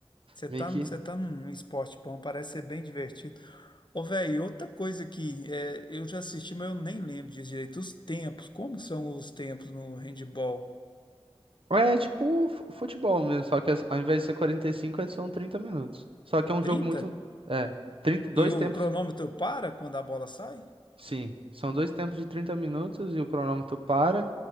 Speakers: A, on the left; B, on the right.
A: Você
B: meio
A: tá,
B: que
A: num- você tá num esporte bom, parece ser bem divertido. Ô, velho, outra coisa que é, eu já assisti, mas eu nem lembro disso direito. Os tempos, como são os tempos no handball?
B: é tipo fu- futebol mesmo, só que as- ao invés de ser 45, é- são 30 minutos. Só que é um
A: Trinta
B: jogo muito é, 30, dois
A: E o
B: tempos
A: cronômetro para quando a bola sai?
B: Sim, são dois tempos de 30 minutos e o cronômetro para.